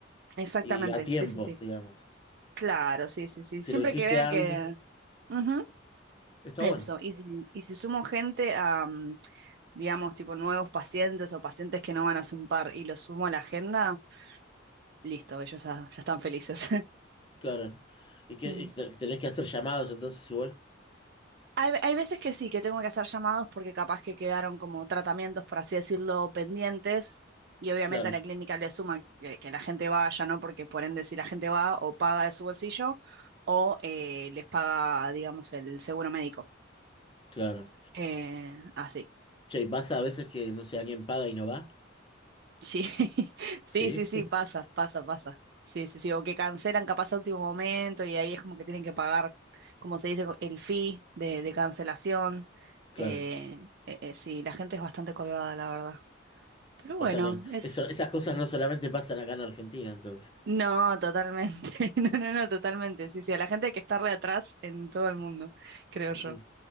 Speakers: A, on the right (about 55°); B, on the left (about 25°).
A: Exactamente,
B: y a tiempo,
A: sí, sí, sí.
B: digamos.
A: Claro, sí, sí, sí.
B: Si
A: Siempre
B: lo hiciste
A: que vean
B: antes,
A: que... Ujú,
B: está
A: eso,
B: bueno,
A: y si, y si sumo gente a, mm, digamos, tipo nuevos pacientes o pacientes que no van a par y los sumo a la agenda, listo, ellos ya ya están felices. <laughs>
B: claro. ¿Y qué,
A: Mm.
B: y te- tenés que hacer llamados entonces igual?
A: Hay, hay veces que sí, que tengo que hacer llamados porque capaz que quedaron como tratamientos, por así decirlo, pendientes. Y obviamente
B: Claro,
A: a la clínica le suma que, que la gente vaya, ¿no? Porque por ende, si la gente va o paga de su bolsillo o eh, les paga, digamos, el seguro médico.
B: claro.
A: Eh, así.
B: Che, ¿y pasa a veces que, no sé, alguien paga y no va?
A: Sí, <laughs>
B: Sí.
A: sí, sí, sí,
B: <laughs>
A: pasa, pasa, pasa. Sí, sí, sí, o que cancelan capaz a último momento y ahí es como que tienen que pagar, como se dice, el fee de, de cancelación.
B: Claro.
A: Eh, eh, eh, sí, la gente es bastante colgada, la verdad. Pero
B: O
A: bueno,
B: sea que
A: es...
B: eso- esas cosas no solamente pasan acá en Argentina, entonces.
A: No, totalmente. <laughs> No, no, no, totalmente. Sí, sí, a la gente hay que estarle atrás en todo el mundo, creo
B: Mm,
A: yo.